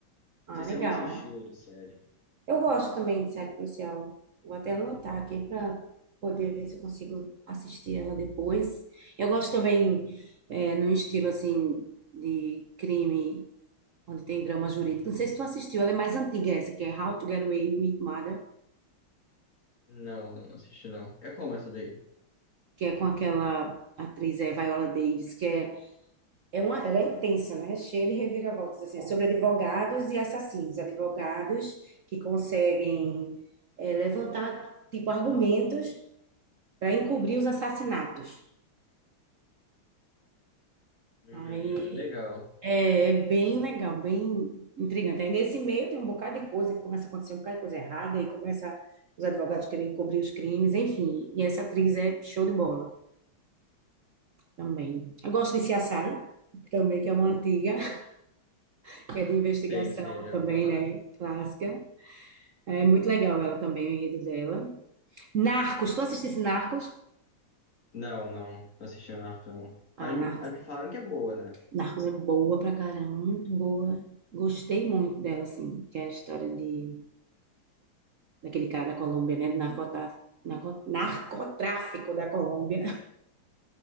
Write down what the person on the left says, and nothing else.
sei se
é muito seu estilo de série.
Não, não assisti não. É como essa daí?
Hum,
legal.
Sei, sei, já ouvi
falar.
Não, não, não assisti o Narcos não.
Mas,
me- mas me falaram que é boa, né?